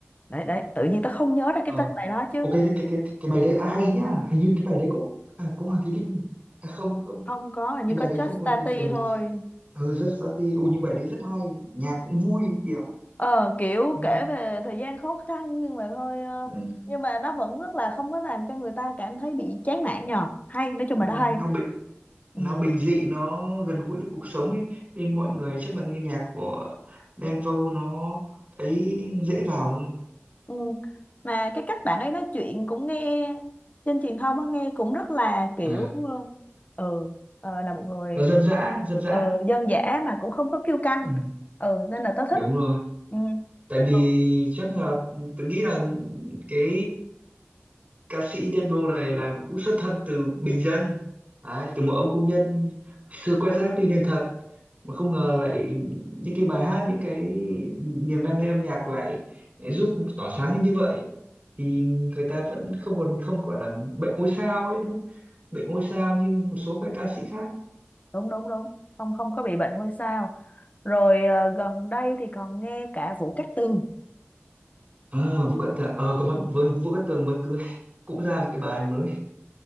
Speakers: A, on the left; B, on the right.
A: đấy đấy tự nhiên tao không nhớ ra
B: ờ.
A: cái tên bài đó chứ
B: ok cái cái cái cái bài đấy là hay nhá hình như cái bài đấy có à, có Hoàng Thùy Linh không nhỉ? à, không không
A: không có hình
B: cái
A: như
B: bài
A: có
B: đấy
A: Just
B: không có
A: Tati
B: Hoàng Thùy Linh ừ
A: thôi
B: ừ Justati ừ nhưng bài đấy rất hay nhạc cũng vui kiểu
A: ờ kiểu
B: ừ.
A: kể về thời gian khó khăn nhưng mà thôi ờ,
B: Ừ.
A: nhưng mà nó vẫn rất là không có làm cho người ta cảm thấy bị chán nản nhờ hay nói chung
B: Ừ.
A: là nó hay
B: nó bình
A: ừ.
B: nó bình dị nó gần gũi với cuộc sống ấy nên mọi người chắc là nghe nhạc của Đen Vâu nó thấy dễ vào
A: Ừ. mà cái cách bạn ấy nói chuyện cũng nghe trên truyền thông á nghe cũng rất là kiểu
B: hơn
A: ờ, ừ ờ, là một người
B: nó dân dã
A: kiểu,
B: dân dã
A: ờ, dân dã mà cũng không có kiêu căng
B: ừ,
A: ừ nên là tớ
B: đúng
A: thích
B: rồi
A: ừ.
B: tại vì
A: Ờ,
B: chắc là tôi nghĩ là cái ca sĩ Đen Vâu này là cũng xuất thân từ bình dân Đấy, từ một ông công nhân xưa quét rác đi lên thật mà không ngờ lại những cái bài hát những cái niềm đam mê âm nhạc lại giúp tỏa sáng lên như vậy thì người ta vẫn không còn không gọi là bệnh ngôi sao ấy đúng không? bệnh ngôi sao như một số các ca sĩ khác
A: đúng đúng đúng không không có bị bệnh ngôi sao rồi ờ, gần đây thì còn nghe cả Vũ Cát Tường
B: à, Vũ Cát Tường ờ có mà với Vũ Cát Tường mới cưới <laughs> cũng ra một cái bài mới